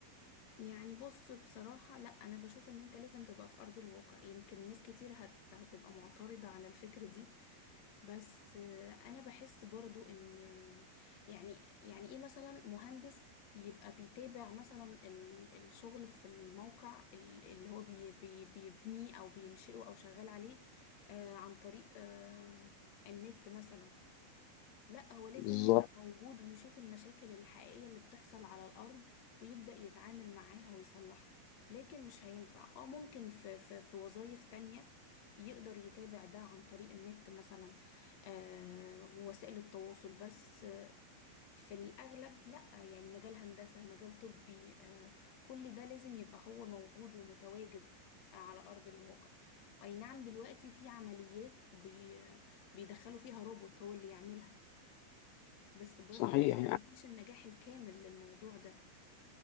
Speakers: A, on the left; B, on the left.
A: يعني بص بصراحة لا أنا بشوف إن أنت لازم تبقى في أرض الواقع يمكن ناس كتير هت... هتبقى معترضة على الفكرة دي بس آه، أنا بحس برضو إن يعني يعني إيه مثلا مهندس يبقى بيتابع مثلا ال... الشغل في الموقع ال- اللي هو بي... بي... بيبنيه أو بينشئه أو شغال عليه آه، عن طريق آه، النت مثلا لا هو لازم
B: بالظبط
A: يبقى موجود ويشوف المشاكل الحقيقية اللي بتحصل على الأرض ويبدأ يتعامل معاها ويصلحها لكن مش هينفع اه ممكن في في في وظائف تانية يقدر يتابع ده عن طريق النت مثلا آه ووسائل التواصل بس آه في الأغلب لا يعني مجال هندسة مجال طبي آه كل ده لازم يبقى هو موجود ومتواجد على أرض الواقع أي نعم دلوقتي في عمليات بي بيدخلوا فيها روبوت هو اللي يعملها بس برضو
B: صحيح
A: لسه
B: يعني
A: ما فيش النجاح الكامل للموضوع ده